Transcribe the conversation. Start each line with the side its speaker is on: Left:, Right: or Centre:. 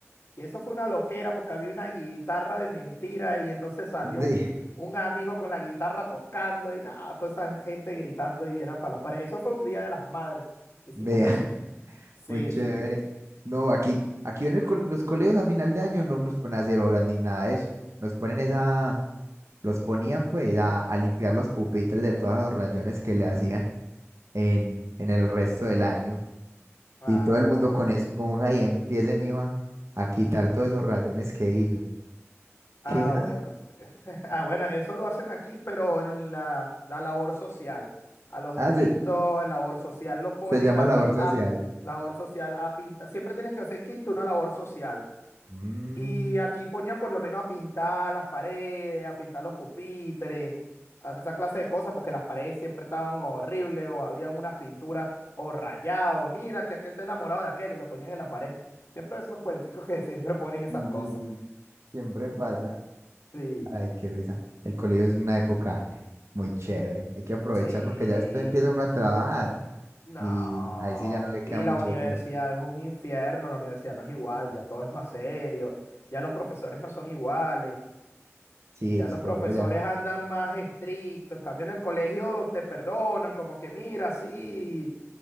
Left: Y eso fue una loquera porque había una guitarra de mentira y entonces salió
Right: Sí,
Left: un, un amigo con la guitarra tocando y nada, toda esa gente gritando y era para los pares. Eso fue un día de las madres que hicimos
Right: vea,
Left: eso.
Right: <laughs>
Left: Sí,
Right: muy chévere.
Left: sí.
Right: No, aquí, aquí en el co- los colegios a final de año no nos ponen a hacer obras ni nada de eso. Nos ponen esa, los ponían pues a, a limpiar los pupitres de todos los rayones que le hacían en, en el resto del año.
Left: Ah,
Right: Y todo el mundo con esponja y empiece, mijo, a, a quitar todos esos rayones que hizo.
Left: ah,
Right: ¿Qué
Left: bueno. sí. <laughs> Ah, bueno, eso lo hacen aquí, pero en la, la labor social. A los
Right: hace?
Left: de quinto en labor social los ponen
Right: Se llama
Left: a,
Right: labor
Left: pi-
Right: social.
Left: a labor social a pinta. Siempre tienes que hacer en quinto una labor social.
Right: Mm.
Left: Y aquí ponían por lo menos a pintar las paredes, a pintar los pupitres, a hacer esa clase de cosas, porque las paredes siempre estaban como horribles o habían unas pinturas o rayados. Mira, que aquel está enamorado de aquel y lo ponían en la pared. Siempre esos cuenticos que <laughs> siempre ponen esas
Right: sí,
Left: cosas.
Right: sí, sí, Siempre pasa.
Left: Sí,
Right: Ay, qué risa. El colegio es una época muy chévere. Hay que aprovechar
Left: sí.
Right: porque ya después empieza uno a trabajar
Left: No.
Right: y ahí sí ya no le
Left: Y
Right: queda mucho
Left: la universidad
Right: tiempo.
Left: es un infierno, la universidad no es igual, ya todo es más serio, ya los profesores no son iguales.
Right: Sí,
Left: Ya
Right: los
Left: los
Right: profesores
Left: profesores
Right: ya.
Left: andan más estrictos, en cambio en el colegio te perdonan, como que mira, sí,